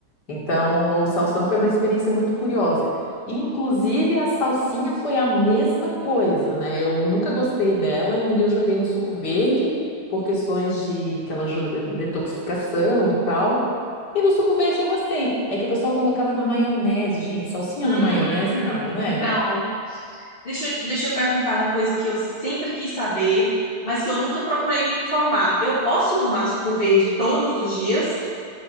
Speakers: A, on the left (about 75°); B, on the left (about 30°).
A: Então, o salsão foi uma experiência muito curiosa. E, Inclusive, a salsinha foi a mesma coisa, né? Eu nunca gostei dela e um dia eu joguei no suco verde por questões de que ela ajuda de detoxificação e tal. E no suco verde eu gostei. É que o pessoal colocava na maionese, gente. Salsinha
B: Hum,
A: na maionese não, né?
B: então, deixa, eu- deixa eu perguntar uma coisa que eu sempre quis saber, mas que eu nunca procurei me informar. Eu posso tomar suco verde todos os dias?